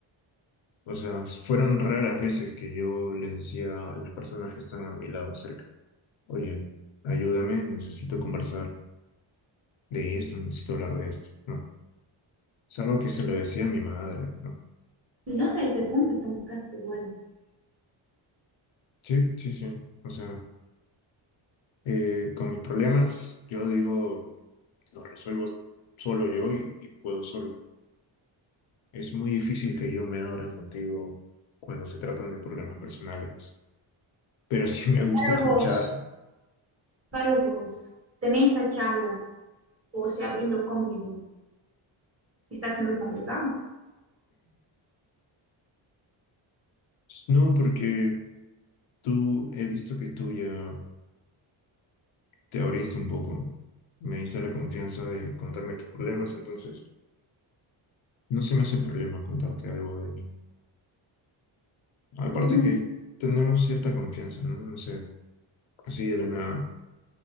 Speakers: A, on the left (about 75°); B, on the right (about 30°).
A: O sea, fueron raras veces que yo les decía a las personas que están a mi lado cerca, oye, ayúdame, necesito conversar de esto, necesito hablar de esto, ¿no? Salvo que se lo decía a mi madre, ¿no?
B: Entonces, a este punto estamos casi iguales.
A: Sí, sí, sí. O sea, eh, con mis problemas, yo digo lo resuelvo solo yo y, y puedo solo. Es muy difícil que yo me abra contigo cuando se tratan de problemas personales, pero sí me gusta
B: Para
A: escuchar.
B: vos, Para vos, tenés esta charla o se abriendo conmigo ¿Está siendo complicado?
A: No, porque tú, he visto que tú ya te abriste un poco, me diste la confianza de contarme tus problemas, entonces no se me hace problema contarte algo de mí. Aparte
B: Muy
A: que tenemos cierta confianza, ¿no? No sé, así de la nada.